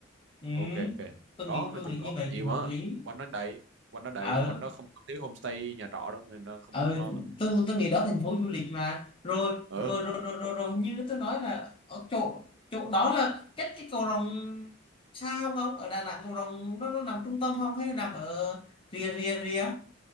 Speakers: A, on the left; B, on the right.
A: ừ.
B: ok ok
A: tôi
B: có
A: nghĩ
B: nói
A: tôi
B: chung
A: nghĩ
B: có
A: như vậy
B: nhiều
A: cũng hợp
B: mà
A: lý
B: quanh đó đầy quanh đó đầy
A: ờ
B: quanh đó không có thiếu homestay nhà trọ đâu nên là không,
A: ờ
B: không lo lắm
A: tôi tôi nghĩ đó thành phố du lịch mà rồi
B: ừ
A: rồi rồi rồi rồi, rồi hình như tôi nói là ở chỗ chỗ đó là cách cái cầu Rồng xa không ông ở Đà Nẵng cầu Rồng nó nó nằm trung tâm không hay nằm ở rìa rìa rìa